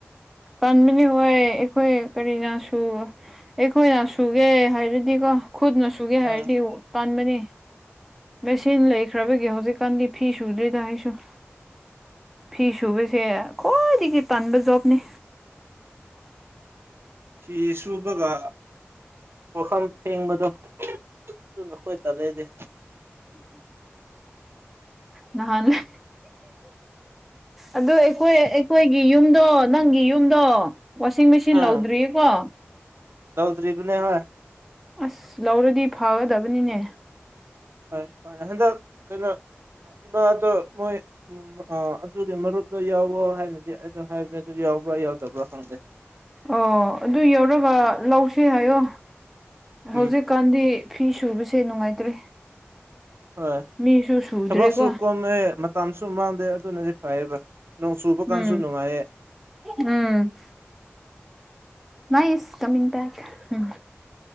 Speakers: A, in the centre; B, on the right.
A: ꯄꯟꯅꯤ ꯍꯣꯏ ꯑꯩꯈꯣꯏ ꯀꯔꯤꯅꯁꯨ ꯑꯩꯈꯣꯏꯅ ꯁꯨꯒꯦ ꯍꯥꯏꯔꯗꯤꯀꯣ ꯈꯨꯠꯅ ꯁꯨꯒꯦ ꯍꯥꯏꯔꯗꯤ
B: ꯎꯝ
A: ꯄꯥꯟꯕꯅꯤ ꯃꯦꯆꯤꯟ ꯂꯩꯈ꯭ꯔꯕꯒꯤ ꯍꯧꯖꯤꯛꯀꯥꯟꯗꯤ ꯐꯤ ꯁꯨꯗ꯭ꯔꯤꯗ ꯑꯩꯁꯨ ꯐꯤ ꯁꯨꯕꯁꯦ ꯈ꯭ꯋꯥꯏꯗꯒꯤ ꯄꯕ ꯖꯣꯕꯅꯤ
B: ꯐꯤ ꯁꯨꯕꯒ ꯄꯣꯈꯝ ꯐꯦꯡꯕꯗꯣ ꯑꯗꯨ ꯅꯈꯣꯏ ꯇ ꯂꯩꯦꯗꯤꯦ
A: ꯅꯍꯂ ꯑꯣ ꯑꯩꯈꯣꯏ ꯑꯩꯈꯣꯏꯒꯤ ꯌꯨꯝꯗꯣ ꯅꯪꯒꯤ ꯌꯨꯝꯗꯣ ꯋꯥꯁꯤꯡ ꯃꯦꯆꯤꯟ
B: ꯎꯝ
A: ꯂꯧꯗ꯭ꯔꯤꯌꯦꯀꯣ
B: ꯇꯧꯗ꯭ꯔꯤꯕꯅꯦ ꯍ
A: ꯑꯁ ꯂꯧꯔꯗꯤ ꯐꯒꯗꯕꯅꯤꯅꯦ
B: ꯍꯣꯏ ꯍꯣꯏ ꯍꯟꯗꯛ ꯀꯩꯅꯣ ꯏꯃꯥꯗꯣ ꯃꯣꯏ ꯑꯗꯨꯒꯤ ꯃꯔꯨꯞꯇꯣ ꯌꯥꯎꯋꯣ ꯍꯥꯏꯅꯗꯤ ꯑꯩꯗꯣ ꯍꯥꯏꯕꯅꯦ ꯑꯗꯨ ꯌꯥꯎꯕ꯭ꯔꯥ ꯌꯥꯎꯗꯕ꯭ꯔꯥ ꯈꯪꯗꯦ
A: ꯑꯣ ꯑꯗꯨ ꯌꯧꯔꯒ ꯂꯧꯁꯤ ꯍꯥꯏꯌꯣ ꯍꯧꯖꯤꯛ
B: ꯎꯝ
A: ꯍꯧꯖꯤ ꯀꯥꯟꯗꯤ ꯐꯤ ꯁꯨꯕꯁꯦ ꯅꯨꯡꯉꯥꯏꯇ꯭ꯔꯦ
B: ꯍ
A: ꯃꯤꯁꯨ ꯁꯨꯗ꯭ꯔꯦꯀꯣ
B: ꯍꯕꯥꯛꯁꯨ ꯀꯃ ꯃꯇꯝꯁꯨ ꯃꯥꯡꯗꯦ ꯑꯗꯨꯅꯗꯤ ꯐꯩꯌꯦꯕ ꯅꯣꯡ ꯆꯨꯕ ꯀꯥꯟꯁꯨ
A: ꯎꯝ
B: ꯅꯨꯡꯉꯥꯏꯌꯦ
A: ꯎꯝ ꯃꯥꯏ ꯀꯃꯤ ꯦꯛ ꯎꯝ